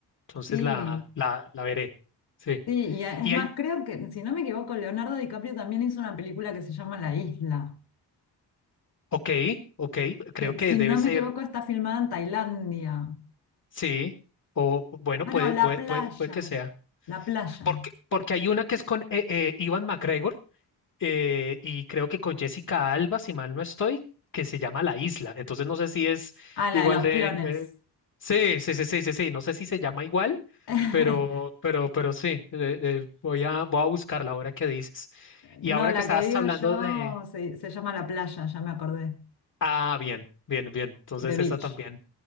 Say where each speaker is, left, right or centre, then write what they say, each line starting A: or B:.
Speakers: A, on the left; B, on the left.
A: Entonces
B: sí.
A: la, la, la veré. Sí.
B: Sí, y a- es
A: Y
B: más,
A: hay,
B: creo que, si no me equivoco, Leonardo DiCaprio también hizo una película que se llama La Isla,
A: ok, ok, creo
B: que
A: que
B: si
A: debe
B: no
A: ser,
B: me equivoco está filmada en Tailandia.
A: sí, o bueno,
B: Ah,
A: puede,
B: no, La
A: puede,
B: Playa,
A: puede, puede que sea.
B: La Playa.
A: Porque, porque hay una que es con eh, eh, Ewan McGregor eh, y creo que con Jessica Alba, si mal no estoy, que se llama La Isla. Entonces no sé si es
B: Ah,
A: igual
B: la de los
A: de...
B: clones.
A: eh, sí, sí, sí, sí, sí, sí, no sé si se llama igual,
B: <laughs>
A: pero, pero, pero sí, eh, eh, voy a, voy a buscarla ahora que dices. Y
B: No,
A: ahora
B: la
A: que estabas
B: que digo
A: hablando
B: yo
A: de...
B: se, se llama La Playa, ya me acordé,
A: Ah, bien, bien, bien. Entonces
B: The Beach.
A: esa también